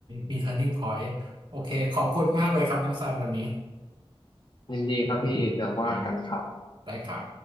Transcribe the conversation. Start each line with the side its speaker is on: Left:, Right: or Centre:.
Right: มี turning point โอเคขอบคุณมากเลยครับน้องซันวันนี้
Left: ยินดีครับพี่เดี๋ยวว่ากันครับ
Right: นะได้ครับ